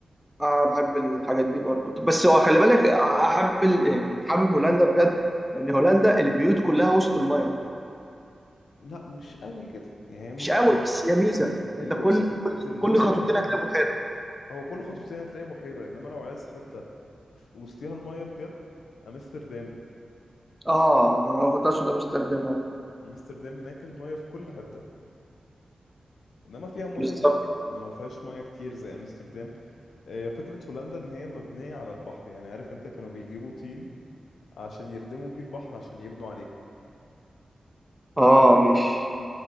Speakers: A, in the centre; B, on the left.
A: اه بحب الحاجات دي برضو طب بس هو خلي بالك احب ال... يعني حابب هولندا بجد لان هولندا البيوت كلها وسط المايه
B: لا مش قوي كده يعني مش
A: مش قوي
B: مش
A: بس هي ميزه انت
B: اللي
A: كل
B: وسط
A: كل
B: اللي
A: كل
B: وسط
A: خطوتين
B: المايه
A: هتلاقي
B: هناك
A: بحيره
B: هو كل خطوتين هتلاقي بحيرة انما لو عايز حتة ف- وسطيها المايه بجد امستردام
A: اه انا كنت اقصد امستردام اه
B: امستردام هناك المايه في كل حته انما فيها مدن
A: بالظبط
B: لا ما فيهاش مايه كتير زي امستردام آه، فكره هولندا ان هي مبنيه على البحر يعني عارف انت كانوا بيجيبوا طين عشان يردموا بيه البحر عشان يبنوا عليه
A: اه مش